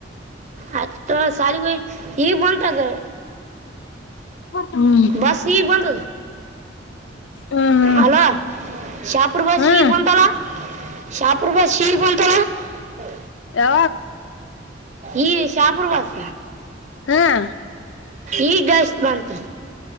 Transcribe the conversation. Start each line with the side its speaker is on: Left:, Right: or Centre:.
Right: ಆ ಸಾಲಿಬ ಈಗ ಬಂತದ
Left: ಹ್ಮ್ ಹ್ಮ್
Right: ಬಸ್ ಈಗ ಬಂತ
Left: ಹ್ಮ್
Right: ಅಲ ಶಾಪುರ್ ಬೀಗ್
Left: ಹ್ಮ್
Right: ಬಂತಲ್ಲ ಶಾಪರ್ ಬೀಗ್ ಬಂತಲ್ಲ ಹೌ
Left: ಹ
Right: ಈ ಶಾಪುರ್ ವಾಸ
Left: ಹ್ಮ್
Right: ಈ ಡ್ಯಾಸ್ಟ್ ಬಂತು